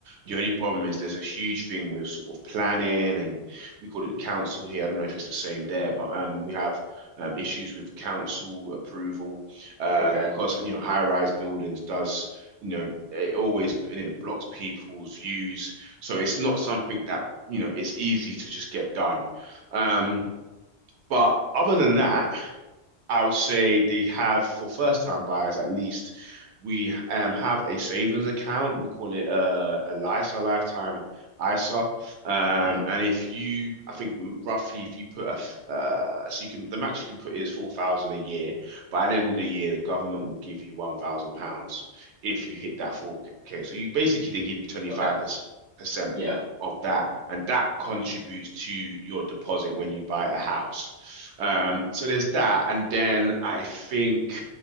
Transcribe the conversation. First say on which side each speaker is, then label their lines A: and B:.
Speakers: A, on the right; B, on the right.
A: The only problem is there's a huge thing with sort of planning and we call it the council here. I don't know if it's the same there, but um, we have um, issues with council approval um,
B: Okay.
A: because, you know, high-rise buildings does, you know, it always you know, blocks people's views so it's not something that, you know, is easy to just get done. Um, but other than that, I would say they have for first-time buyers at least. We um have a savings account. We call it a, a LISA, lifetime ISA. Um,
B: hmm
A: and if you, I think m- roughly, if you put a f- uh, so you can the max you can put is four thousand a year, but at the end of the year, the government will give you one thousand pounds if you hit that four K. So you basically they give you twenty
B: Okay.
A: five percent
B: Yeah.
A: of that, and that contributes to your deposit when you buy a house. Um, so there's that, and then I think